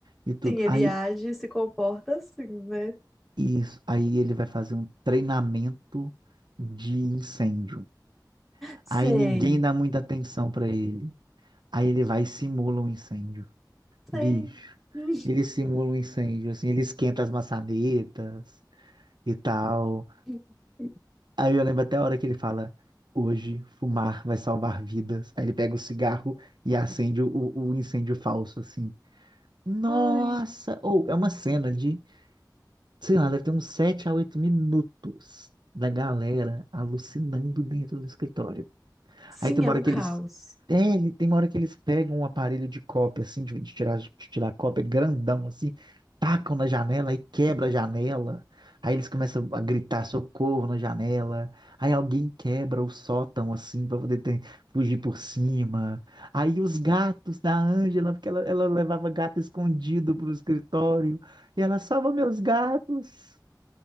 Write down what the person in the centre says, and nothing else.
Sim, ele
age e se comporta assim, né?
Sei.
Sei.
Hum.
<laughs>
Ai.
Sim,
é um
caos.